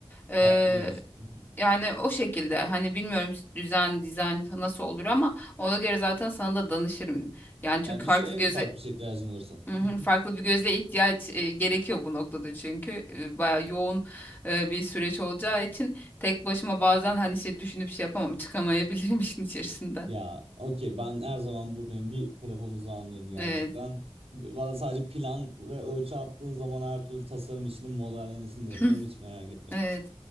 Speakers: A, on the left (about 20°); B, on the right (about 80°).
A: E,
B: Tatlıymış. Hı hı.
A: yani o şekilde hani bilmiyorum düzen dizayn nasıl olur ama ona göre zaten sana da danışırım. Yani çünkü
B: Ya bir
A: farklı
B: şey en
A: göze
B: ufak bir şey ihtiyacın olursa.
A: Hı hı,
B: <laughs>
A: Farklı bir göze ihtiyaç e, gerekiyor bu noktada çünkü e, bayağı yoğun e, bir süreç olacağı için tek başıma bazen hani şey düşünüp şey yapamam çıkamayabilirim <laughs> işin içerisinden.
B: Ya okey ben her zaman buradayım. Bir telefon uzağındayım gerçekten.
A: Evet.
B: Bana sadece plan ve ölçü attığın zaman her türlü tasarım işinin modellemesini
A: <clears throat>
B: de yaparım. Hiç merak etme.
A: Evet.